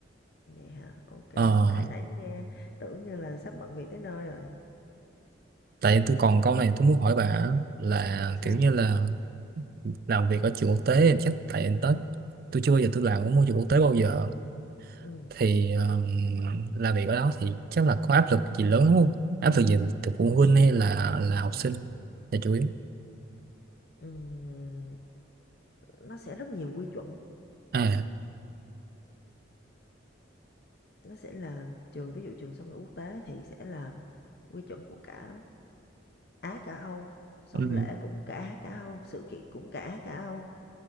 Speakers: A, on the left (about 55°); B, on the right (about 50°).
A: vậy hả ok
B: ờ,
A: tại nãy nghe tưởng như là sắp bận việc tới nơi rồi
B: tại tôi còn câu này tôi muốn hỏi bà là
A: sao
B: kiểu như
A: vậy
B: là làm việc ở trường quốc tế chắc tại tới tôi chưa bao giờ tôi làm ở môi trường quốc tế bao giờ
A: ừ
B: thì um, làm việc ở đó thì chắc là có áp lực gì lớn lắm không áp lực gì từ phụ huynh hay là là học sinh là chủ yếu
A: ừ nó sẽ rất nhiều quy chuẩn
B: à
A: nó sẽ là trường ví dụ trường song ngữ quốc tế thì sẽ là quy chuẩn của cả Á cả Âu, xong
B: ừ,
A: lễ cũng cả Á cả Âu, sự kiện cũng cả Á cả Âu.